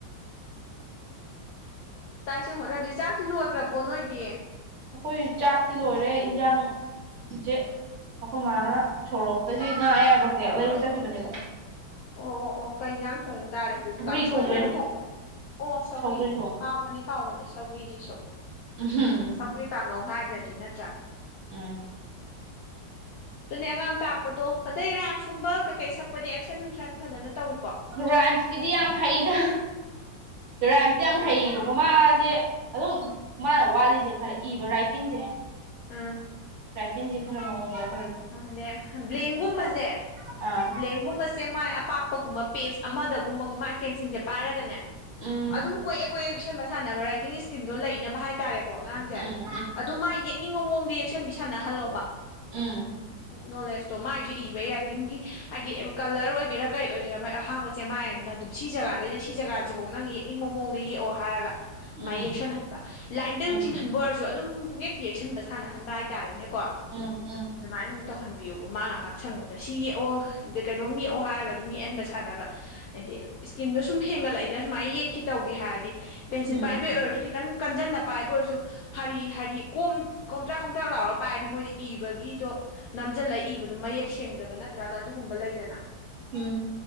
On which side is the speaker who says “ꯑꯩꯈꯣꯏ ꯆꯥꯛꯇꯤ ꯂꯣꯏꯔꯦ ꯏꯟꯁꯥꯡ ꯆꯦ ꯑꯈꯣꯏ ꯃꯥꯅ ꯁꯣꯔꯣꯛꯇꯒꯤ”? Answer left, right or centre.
Right